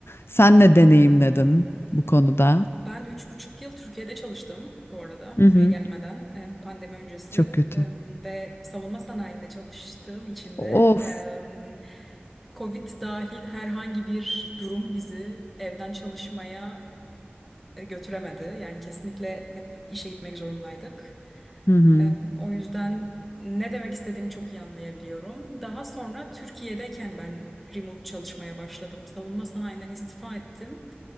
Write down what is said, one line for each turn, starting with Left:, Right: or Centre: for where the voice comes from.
Left: Sen ne deneyimledin bu konuda?
Centre: Ben üç buçuk yıl Türkiye'de çalıştım bu arada
Left: Hı hı,
Centre: buraya gelmeden Em, pandemi öncesi
Left: çok kötü.
Centre: em, ve savunma sanayinde çalıştığım için
Left: Of.
Centre: de em, Covid dahil herhangi bir durum bizi evden çalışmaya e, götüremedi. Yani kesinlikle hep işe gitmek zorundaydık.
Left: Hı hı,
Centre: Em, O yüzden ne demek istediğini çok iyi anlayabiliyorum. Daha sonra Türkiye'deyken ben remote çalışmaya başladım. Savunma sanayinden istifa ettim.